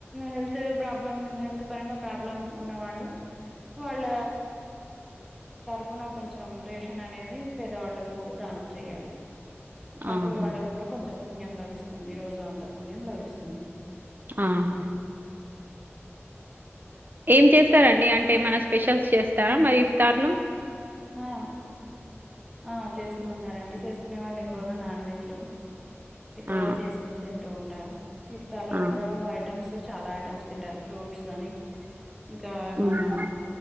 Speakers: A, in the centre; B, on the right.
A: హెల్త్ ప్రాబ్లం హెల్త్ పరంగా ప్రాబ్లం ఉన్న వాళ్ళు వాళ్ళ తరుపున కొంచం రేషన్ అనేది పేదవాళ్ళలకు దానం చెయాలి అప్పుడు
B: ఆహా
A: వాళ్ళకి కూడా కొంచం పుణ్యం లభిస్తుంది రోజా అంతా పుణ్యం లభిస్తుంది
B: ఆహా ఏం చేస్తారండి అంటే ఏమైనా స్పెషల్స్ చేస్తారా మరి ఇఫ్తార్ లో
A: ఆ ఆ చేస్తూ ఉంటారంండి చేసుకునే వాళ్ళు
B: హ్మ్.
A: ఎక్కువగా నాన్ వెజ్లు ఎక్కువగా
B: ఆ!
A: చేసుకొని తింటూ ఉం ంటారు ఇఫ్తార్ లో
B: ఆ!
A: కూడా ఐటమ్స్ చాలా ఐటమ్స్ తింటారు ఫ్రూట్స్ అని ఇంకా ఏమనా
B: హ్మ్.